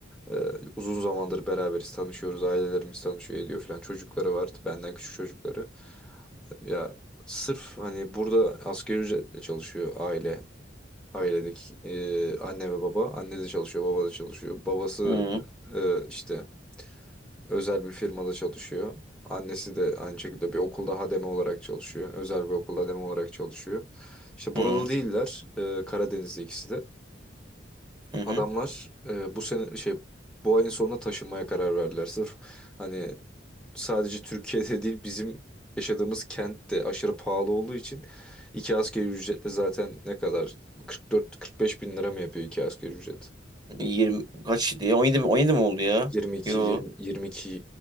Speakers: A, in the centre; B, on the right.
A: Ee, uzun zamandır beraberiz, tanışıyoruz, ailelerimiz tanışıyor ediyor falan. Çocukları var, benden küçük çocukları. Ya sırf hani burada asgari ücretle çalışıyor aile. Ailedeki e, anne ve baba. Anne de çalışıyor, baba da çalışıyor. Babası
B: Hı
A: e, işte özel bir firmada çalışıyor. Annesi de aynı şekilde bir okulda hademe olarak çalışıyor. Özel bir okulda hademe olarak çalışıyor. İşte buralı
B: hı
A: değiller. E, Karadenizli ikisi de.
B: hı. hı.
A: Adamlar e, bu sene şey bu ayın sonunda taşınmaya karar verdiler. Sırf hani sadece Türkiye'de değil bizim yaşadığımız kent de aşırı pahalı olduğu için iki asgari ücretle zaten ne kadar 44-45 bin lira mı yapıyor iki asgari ücret?
B: 20 kaç diye? 17 mi? 17 mi oldu ya?
A: 22
B: Yo
A: 20, 22